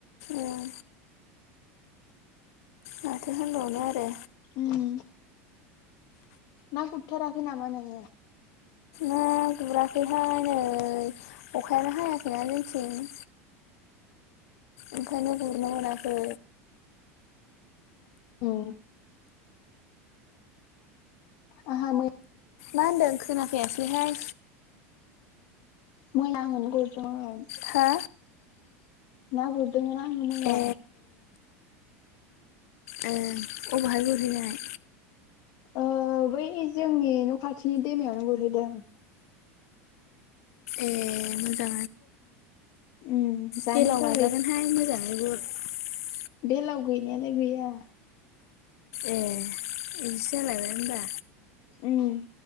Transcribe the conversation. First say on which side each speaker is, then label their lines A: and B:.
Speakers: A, on the left (about 75°); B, on the left (about 60°).
A: उम माथो होनबावनो आरो।
B: उम ना गुरथाराखै नामा नोङो?
A: ना गुराखैहाय नै अखायानो हायाखैना जोंथिं। ओंखायनो गुरनो मोनाखै।
B: औ आंहा मै
A: मा होनदों खोनाफैयासैहाय।
B: मै आंनो गुरदोंमोन।
A: हा
B: ना गुरदोंमोना आङो मैया।
A: ए अबाहाय गुरहैनाय?
B: ओ बै जोंनि न' खाथिनि दैमायावनो गुरहैदों।
A: ए मोजां।
B: ओम जानो
A: बेलाव
B: फै।
A: बाजागोनहाय <inaudible>
B: बेलाव गैनायालाय गैया।
A: ए बिदिसो जालायबाय होमबा।
B: ओम